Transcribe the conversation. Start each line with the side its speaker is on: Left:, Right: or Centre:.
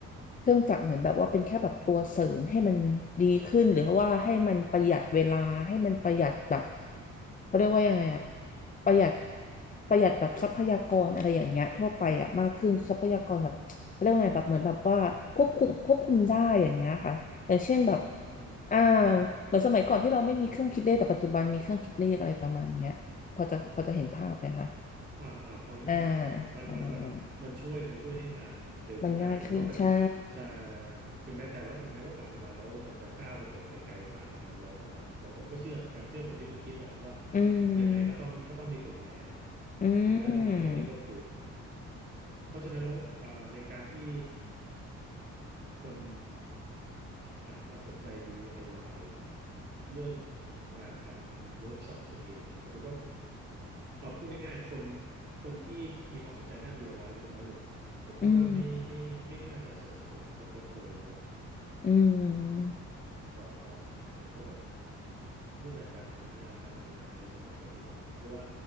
Left: เครื่องจักรเหมือนแบบว่าเป็นแค่แบบตัวเสริมให้มันดีขึ้นหรือว่าให้มันประหยัดเวลาให้มันประหยัดแบบเขาเรียกว่ายังไงอะประหยัดประหยัดแบบทรัพยากรอะไรอย่างเงี้ยทั่วไปอะมากขึ้นทรัพยากรแบบเขาเรียกว่าไงแบบเหมือนแบบว่าควบคุมควบคุมได้อย่างเงี้ยค่ะอย่างเช่นแบบ
Right: อืมอืมอืม
Left: อ่าเหมือนสมัยก่อนที่เราไม่มีเครื่องคิดเลขแต่ปัจจุบันมีเครื่องคิดเลขอะไรประมาณเนี้ยพอจะพอจะเห็นภาพไหมคะ
Right: อ่าอ่าพอนึกออกพอนึกออกมันมันมันมันช่วยมันช่วยให้งานเร็วขึ้นได้แต่ว่าปัจจุใช่
Left: อ่าประมาณนั้นมันง่ายขึ้นใช่
Right: ถึงแม้แต่ว่าถึงแม้ว่าปัจจุบันแล้วมันจะก้าวกระโดดไปไกลมากกว่านั้นแล้วก็ตามแต่ผมก็เชื่อเหมือนกันเชื่อเหมือนที่คุณคิดนั่นแหละว่า
Left: อืม
Right: ยังไงก็ต้องก็ต้องมีคนดูแล
Left: อื
Right: ยังไงก็ต้องมีคนที่ควบคุม
Left: ม
Right: เพราะฉะนั้นแล้วอ่าในการที่ คนหันมาสนใจ DIY เรื่องงานทำเวิร์กช็อปตัวเองสมมติว่าเอาพูดง่ายๆคนคนที่มีความสนใจด้าน DIY ลดน้อยลงเนี่ยผมคิดว่าไม่ไม่ไม่น่าจะส่งผลกระทบโดยรวม
Left: อืมอืม
Right: ต่อต่อเหมือนกับแบบรูปแบบการหางานการทำงานในสมัยปัจจุบันเพราะว่า